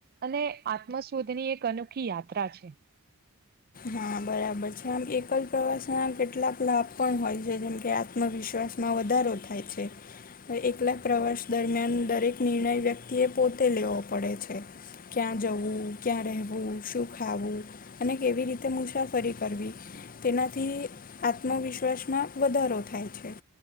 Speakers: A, on the right (about 45°); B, on the left (about 40°).
A: અને આત્મશોધની અનોખી યાત્રા છે.
B: હા, બરાબર છે, આમ એકલ પ્રવાસના કેટલાક લાભ પણ હોય છે, જેમ કે આ ત્મવિશ્વાસમાં વધારો થાય છે. એકલા પ્રવાસ દરમિયાન દરેક નિર્ણય વ્યક્તિએ પોતે લેવો પડે છે. ક્યાં જવું, ક્યાં રહેવું, શું ખાવું અને કેવી રી તે મુસાફરી કરવી, તેનાથી આત્મવિશ્વાસમાં વધારો થાય છે.